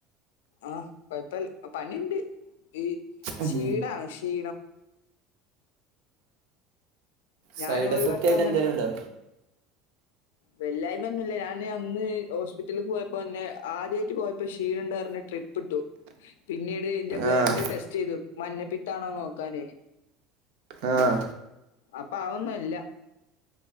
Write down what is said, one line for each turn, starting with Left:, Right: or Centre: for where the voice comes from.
Left: ആഹ കൊഴപ്പ പണിയണ്ട് ഈ ക്ഷീടാണ്
Right: ഉം
Left: ക്ഷീ.......? ഞാന്
Right: സൈഡ്
Left: ഒരു
Right: എഫക്റ്റ്
Left: വട്ടം
Right: ആയിട്ട്
Left: ങ്ങനെ.
Right: എന്തേലും ഉണ്ടോ
Left: വെല്ലായ്മന്നല്ലേ ഞാന് അന്ന് ഹോസ്പിറ്റല പോയപ്പോ എന്നെ ആദ്യമായിട്ട് പോയപ്പോ ക്ഷീണുണ്ട പറ ട്രിപ്പ് ഇട്ടു പിന്നീട് എന്റെ ബ്ലഡ്
Right: ആഹ്
Left: ടെസ്റ്റ് ചെയ്തു...... മഞ്ഞപ്പിത്താണോ നോക്കാനേ.......
Right: ആഹ......
Left: അപ്പൊ അതൊന്നും അല്ല.........